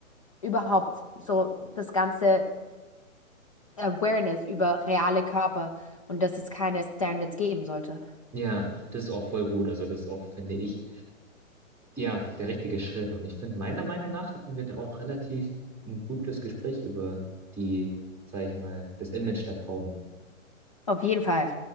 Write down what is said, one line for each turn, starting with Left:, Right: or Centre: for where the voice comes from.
Left: überhaupt so das ganze Awareness über reale Körper und dass es keine Standards geben sollte.
Centre: Ja, das ist auch voll gut. Also das ist auch, finde ich, ja, der richtige Schritt. Und ich finde, meiner Meinung nach hatten wir da auch relativ ein gutes Gespräch über die, sag ich mal, das Image der Frauen.
Left: Auf jeden Fall.